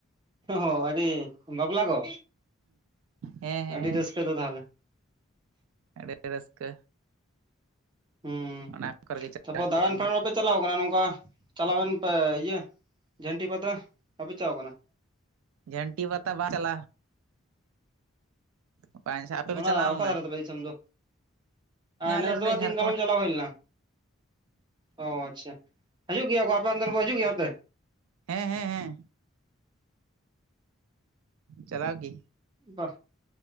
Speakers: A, on the right; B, on the right.
A: ᱦᱚᱸ ᱟᱹᱰᱤ ᱵᱟᱯᱞᱟ ᱠᱚ
B: ᱦᱮᱸ ᱦᱮᱸ
A: ᱟᱹᱰᱤ ᱨᱟᱹᱥᱠᱟᱹ ᱫᱚ ᱛᱟᱦᱚᱞᱮ᱾
B: ᱟᱹᱰᱤ ᱨᱟᱹᱥᱠᱟᱹ,
A: ᱦᱩᱸ
B: <unintelligible>
A: ᱛᱟᱯᱚᱨ
B: ᱪᱟᱞᱟᱜ
A: ᱫᱟᱬᱟᱱ
B: ᱦᱩᱭᱩᱜ ᱠᱟᱱᱟ
A: ᱯᱷᱟᱨᱟᱱ ᱵᱟᱯᱮ ᱪᱟᱞᱟᱣ ᱠᱟᱱᱟ ᱱᱚᱝᱠᱟ ᱪᱟᱞᱟᱣᱮᱱ ᱯᱮ ᱤᱭᱟᱹ ᱡᱷᱟᱱᱴᱤ ᱯᱟᱛᱟ ᱵᱟᱯᱮ ᱪᱟᱣ ᱠᱟᱱᱟ?
B: ᱡᱟᱱᱴᱤ ᱯᱟᱛᱟ ᱵᱟᱝ ᱪᱟᱞ ᱟᱪᱪᱷᱟ ᱟᱯᱮ ᱯᱮ
A: ᱚᱱᱟ
B: ᱪᱟᱞᱟᱣ
A: ᱚᱠᱟ
B: ᱞᱮᱱᱟ
A: ᱫᱟᱨᱮ‌ ᱛᱟᱞᱮ ᱫᱤᱥᱚᱢ ᱫᱚ?
B: ᱦᱮᱸ ᱟᱞᱮ
A: ᱱᱮᱥ
B: ᱱᱚᱰᱮ
A: ᱫᱚ ᱵᱟ
B: ᱡᱷᱟᱲᱠᱷᱚᱸᱰ
A: ᱫᱤᱱ ᱠᱟᱞᱚᱢ ᱪᱟᱞᱟᱣ ᱦᱩᱭ ᱞᱮᱱᱟ, ᱚ ᱟᱪᱪᱷᱟ᱾ ᱦᱤᱡᱩᱜ ᱜᱮᱭᱟ ᱠᱚ ᱟᱯᱮ ᱚᱱᱛᱮᱱ ᱠᱚ ᱦᱤᱡᱩᱜ ᱜᱮᱭᱟ ᱯᱮ?
B: ᱦᱮᱸ ᱦᱮᱸ ᱦᱮᱸ᱾ ᱪᱟᱞᱟᱣ ᱜᱮ,
A: ᱵᱟ